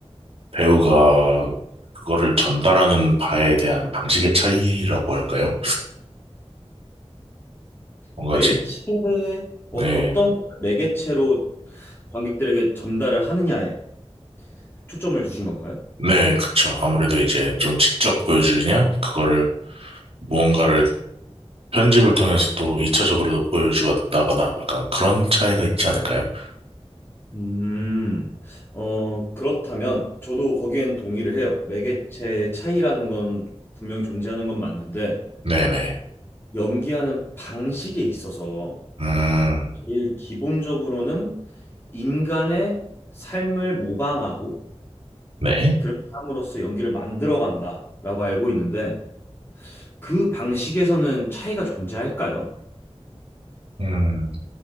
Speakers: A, on the right; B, on the left.
A: 배우가 그거를 전달하는 바에 대한 방식의 차이라고 할까요? 뭔가
B: 매체,
A: 지,
B: 어,
A: 네,
B: 어떤 매개체로 관객들에게 전달을 하느냐에 초점을 두신 건가요?
A: 네, 그쵸. 아무래도 이제 좀 직접 보여주느냐, 그거를 무언가를 편집을 통해서 또 2차적으로도 보여주다거나 약간 그런 차이가 있지 않을까요?
B: 음, 어, 그렇다면 저도 거기엔 동의를 해요. 매개체의 차이라는 건 분명히 존재하는 건 맞는데
A: 네네.
B: 연기하는 방식에 있어서
A: 음,
B: 제일 기본적으로는 인간의 삶을 모방하고
A: 네.
B: 그렇게 함으로써 연기를 만들어간다라고 알고 있는데 그 방식에서는 차이가 존재할까요?
A: 음.